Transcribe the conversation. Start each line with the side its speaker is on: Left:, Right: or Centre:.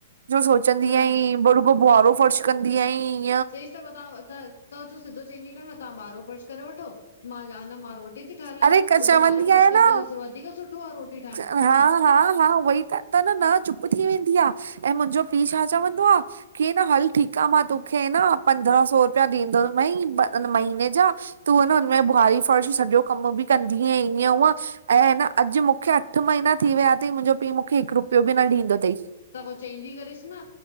Right: जो सोचंदी
Left: न
Right: आईं पो रूॻो बुहारो फर्श कंदी आईं।
Left: चईस त पो तहां त त तूं सिधो चईंदी कर न तहां ॿुआरो फर्श करे वठो मां न मां रोट रोटी ती ठा लाए
Right: अरे चवंदी
Left: उल्टो ॿुआरे
Right: आहियां
Left: फर्श खां
Right: न
Left: त वधीक सुठो आ रोटी ठाहिण।
Right: हा हा हा उह ई त त न न चुप थी वेंदी आ ऐं मुंजो पीउ छा चवंदो आ की न हल ठीक आ मां तोखे न पंद्रह सौ रुपया ॾींदोमईं महीने जा तूं न हुनमें ॿुहारी फर्श सॼो कम बि कंदी आईं ईअं हूअं ऐं अन अॼ मु मूंखे अठ महीना थी विया अथई मुंजो पीउ मुखे हिक रुपयो बि न ॾींदो तई।
Left: त पो चेंदी करीस न